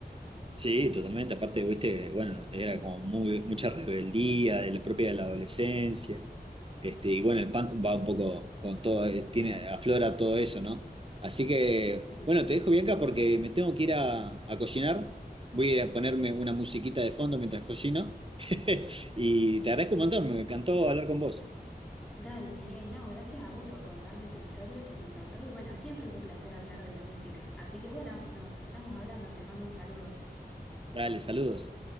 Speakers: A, on the right; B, in the centre.
A: Sí, totalmente. Aparte, viste, bueno, era como muy, mucha rebeldía de la propia de la adolescencia. Este, y bueno, el punk va un poco con todo, eh, tiene, aflora todo eso, ¿no? Así que,
B: Sí.
A: bueno, te dejo Bianca porque me tengo que ir a, a cocinar. Voy a ir a ponerme una musiquita de fondo mientras cocino. <laughs> Y te agradezco un montón, me encantó hablar con vos.
B: Dale, Miguel, no, gracias a vos por contarme tu historia que me encantó y bueno, siempre es un placer hablar de la música. Así que bueno, nos estamos hablando, te mando un saludo.
A: Dale, saludos.